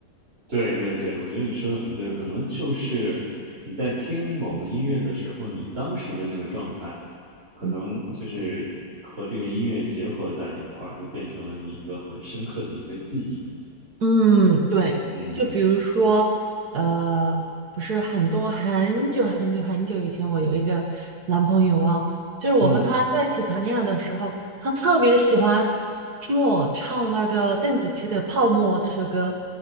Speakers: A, on the right; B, on the right.
A: 对对对，我觉得你说的很对，可能就是你在听某个音乐的时候，你当时的那个状态，可能就是和这个音乐结合在了一块儿，
B: 嗯，
A: 就变成了你一个很深刻的一个记忆。
B: 嗯，对，
A: 嗯
B: 就比如说，呃，不是很多很久很久很久以前，我有一个男朋友啊，就是我和他在一起谈恋爱的时候，
A: 嗯，
B: 他特别喜欢听我唱那个邓紫棋的《泡沫》这首歌，